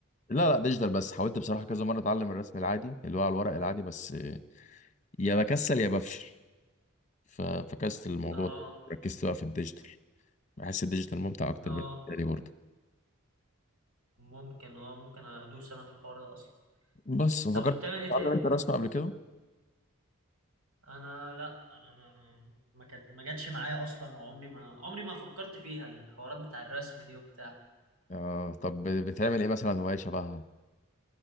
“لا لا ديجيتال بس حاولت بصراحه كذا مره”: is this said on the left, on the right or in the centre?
Left